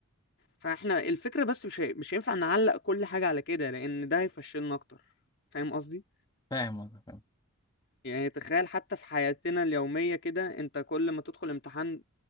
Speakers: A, on the left (about 50°); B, on the left (about 20°).
A: فاحنا الفكره بس مش هي... مش هينفع نعلق كل حاجه على كده لان ده هيفشلنا اكتر فاهم قصدي
B: فاهم قصدك فاهم
A: يعني تخيل حتى في حياتنا اليوميه كده انت كل ما تدخل امتحان